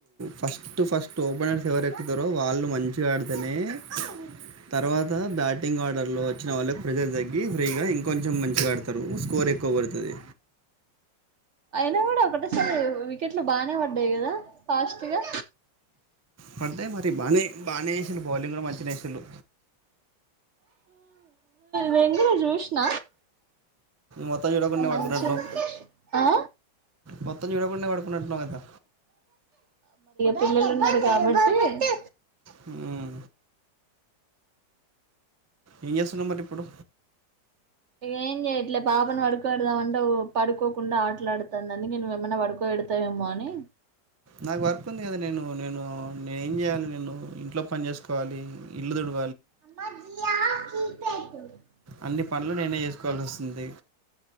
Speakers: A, on the right; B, on the right.
A: ఫస్ట్ ఫస్ట్ ఓపెనర్స్ ఎవరు ఎక్కుతారో వాళ్ళు మంచిగా ఆడితేనే ఏ తర్వాత బ్యాటింగ్ ఆర్డర్ లో వచ్చిన వాళ్ళు ప్రెజర్ తగ్గి ఫ్రీగా ఇంకొంచెం మంచిగా ఆడతారు స్కోర్ ఎక్కువబడతది
B: అయినా కూడా ఒకటే సారి వికెట్లు బానే పడ్డాయి కదా ఫాస్టుగా
A: పడితే మరి బానే బానే ఏషిండు బౌలింగ్ గుడ మంచి నేసిల్లు
B: నేంగిన జూష్ణ
A: మొత్తం చూడకుండా
B: మంచిది
A: పడుకున్నట్టున్నావు
B: ఆ
A: మొత్తం జూడకుండా పడుకున్నట్టున్నావు గదా
B: పిల్లలున్నారు కాబట్టి
A: హ్మ్. ఏం చేస్తున్నా మరి ఇప్పుడు
B: ఏం చెయట్లే పాపను పడుకో పెడదామంటే పడుకోకుండా ఆట్లాడుతాందని నేను ఎమన్నా పడుకో పెడతాదేమో అని
A: నాకు వర్క్ ఉంది గదా నేను నేను నేను ఏం చేయ్యాలి నేను ఇంట్లో పని చేసుకోవాలి ఇల్లు తుడు
B: మప
A: అన్ని పనులు నేనే చేసుకోవాల్ వస్తుంది